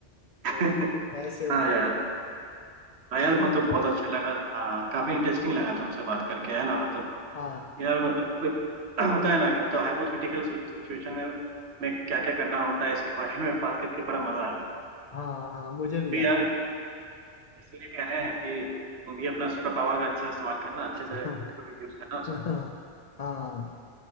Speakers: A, on the right; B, on the left.
A: <laughs>
B: तो ऐसे हो
A: हाँ
B: जाएगा
A: यार हाँ
B: काफी
A: यार मतलब
B: इंटरेस्ट
A: बहुत अच्छा लगा हाँ काफी इंटरेस्टिंग लगा तुमसे बात करके है ना मतलब
B: हाँ
A: यार मतलब कोई <clears throat> होता है ना कि मतलब हाइपोथेटिकल सिचुएशन में में क्या क्या करना होता है इसके बारे में बात करके बड़ा मजा आया
B: हाँ हाँ मुझे भी
A: तो
B: आया
A: यार इसलिए कह रहे हैं कि तुम भी अपना सुपर पावर का अच्छा इस्तेमाल करना अच्छे से
B: <laughs>
A: बिल्कुल भी यूज करना
B: हाँ हाँ